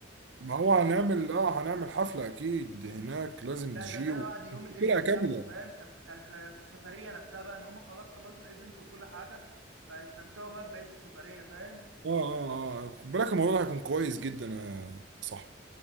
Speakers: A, on the right; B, on the right.
A: ما هو هنعمل اه هنعمل حفلة اكيد هناك لازم
B: لا
A: تجي
B: ده ده
A: و-
B: بعد يوم الايفنت
A: فرقة كاملة
B: نفسه فاهم ك- ك- ك- في السفريه نفسها بقى ان هم خلاص خلصوا الايفنت وكل حاجه فيستمتعوا بقى ببقيه السفريه فاهم
A: اه اه اه خد بالك الموضوع ده هيكون كويس جدا يا صح